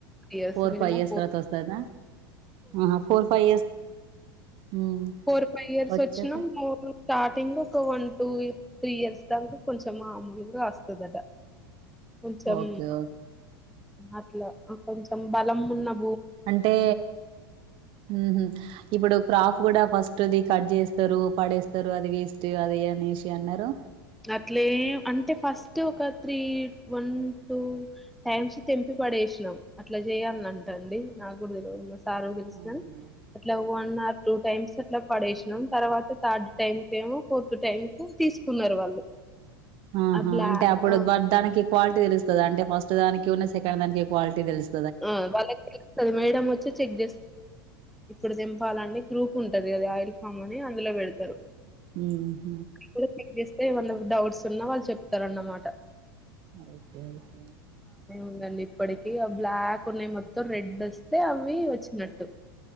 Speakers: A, in the centre; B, on the right (about 45°).
A: years
B: four
A: minimum
B: five years
A: four
B: తర్వాత వస్తాదా ఆహా ఫోర్ ఫైవ్ ఇయర్స్ మ్మ్
A: ఫోర్ ఫైవ్ ఇయర్స్
B: వచ్చాక
A: వచ్చినా మా ఊర్లో స్టార్టింగ్ ఒక వన్ టూ త్రీ ఇయర్స్ దాంకా కొంచెం మామూలుగా వస్తదట కొంచెం
B: ఓకే ఓకే
A: అట్లా కొంచెం బలం ఉన్నప్
B: అంటే ఉమ్ ఊహం ఇప్పుడు క్రాఫ్ కూడా ఫస్టు ది కట్ చేస్తరు పడేస్తారు అది వేస్ట్ అది అనేసి అన్నారు
A: అట్లే అంటే ఫస్ట్ ఒక త్రీ వన్ టూ టైమ్స్ తెంపి పడేసినాం అట్లా చేయాలనంట అండి నాకు కూడా తెల్వదు మా సార్ సార్ కు తెలుసుగా
B: అవునా
A: అట్ల వన్ ఆర్ టూ టైమ్స్ అట్ల పడేసినాం తర్వాత థర్డ్ టైమ్ కు ఏమో ఫోర్త్ టైమ్ కు తీసుకున్నారు వాళ్ళు <inaudible>
B: ఆహా
A: ఆ బ్లా
B: అంటే అప్పుడువ
A: ఆ
B: దానికి క్వాలిటీ తెలుస్తుంది అంటే ఫస్ట్ దానికి ఉన్నా సెకండ్ దానికి క్వాలిటీ తెలుస్
A: ఇమ్ వాళ్ళకి తెలుస్తాది మెడం వచ్చి చెక్ ఇప్పుడు దింపాలని గ్రూప్ ఉంటది కదా ఆయిల్ ఫామ్ అని అందులో పెడతారు
B: ఇమ్
A: కూడా చెక్ చేస్తే ఏమన్నా డౌట్స్ ఉన్నా వాళ్ళు చెప్తారన్న అన్నమాట
B: ఓకే ఓకే
A: ఉందండి ఇప్పటికి ఆవి బ్లాక్ ఉన్నాయి మొత్తం రెడ్ వస్తే అవి వచ్చినట్టు